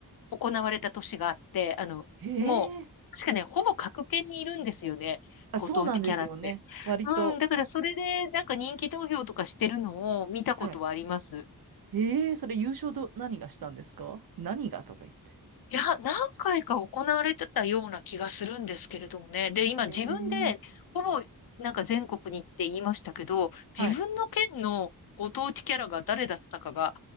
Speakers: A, on the left; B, on the right.
A: 行われた年があって、あの、
B: へえ。
A: もう、確かね、ほぼ各県にいるんですよね。
B: あ、
A: ご当地キャラって。
B: そうなんですよね。割と。
A: うん、だからそれで、なんか人気投票とかしてるのを見たことはあります。
B: はい。へえ、それ優勝ど、何がしたんですか何がとか言って。
A: いや、何回か行われてたような気がするんですけれどもね。で、
B: へえ。
A: 今自分で、ほぼ、なんか全国に行って言いましたけど、
B: はい。
A: 自分の県のご当地キャラが誰だったかが